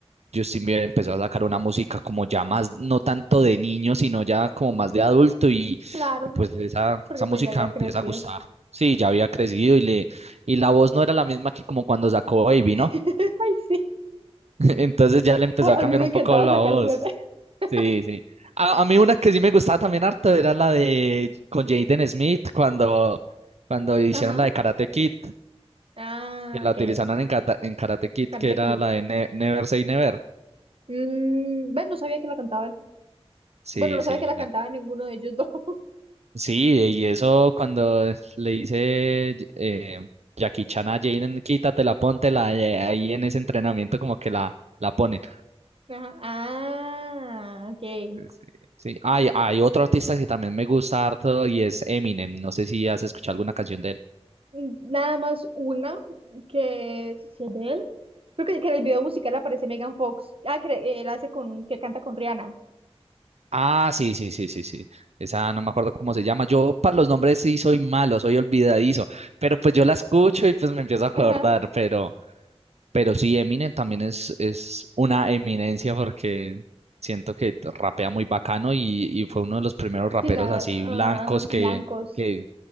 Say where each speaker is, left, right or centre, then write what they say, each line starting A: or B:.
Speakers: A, on the right (about 80°); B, on the right (about 60°).
A: Justin Bieber empezó a sacar una música como ya más, no tanto de niño, sino ya como más de adulto y...
B: Claro,
A: Y pues esa,
B: porque
A: esa música
B: pues ya había
A: empieza
B: crecido.
A: a gustar Sí, ya había crecido y le y la voz no era la misma que como cuando sacó Baby,
B: <laughs>
A: ¿no?
B: Ay, sí.
A: <laughs> Entonces ya le empezó
B: Ay,
A: a
B: a
A: cambiar
B: mí me
A: un
B: encantaba
A: poco la
B: esa
A: voz.
B: canción. <laughs>
A: Sí, sí. A, a mí una que sí me gustaba también harto era la de con Jaden Smith cuando cuando hicieron
B: Ajá.
A: la de Karate Kid,
B: Ah,
A: que la
B: ok.
A: utilizaron en, Kata- en Karate Kid,
B: Karate
A: que era
B: Kid.
A: la de Ne- Never Say Never.
B: Mm, ven, no sabía que la cantaba él.
A: Sí,
B: Bueno, no
A: sí.
B: sabía que la
A: la-
B: cantaba ninguno de ellos dos. <laughs>
A: sí, y eso cuando le dice eh, Jackie Chan a Jaden, quítatela, póntela, eh, ahí en ese entrenamiento como que la la pone.
B: Ajá. Ah, ok.
A: Sí, sí. Hay, hay otro artista que también me gusta harto y es Eminem. No sé si has escuchado alguna canción de él.
B: Nada más una que es- si es de él. Creo que, que en el video musical aparece Megan Fox. Ah, que él hace con, que canta con Rihanna.
A: Ah, sí, sí, sí, sí, sí. Esa no me acuerdo cómo se llama. Yo para los nombres sí soy malo, soy olvidadizo, pero pues yo la escucho y pues me empiezo a acordar,
B: Ajá.
A: pero, pero sí, Eminem también es, es una eminencia porque siento que t- rapea muy bacano y, y fue uno de los primeros raperos
B: Sí, la,
A: así
B: ah,
A: blancos
B: ajá,
A: que,
B: blancos.
A: que,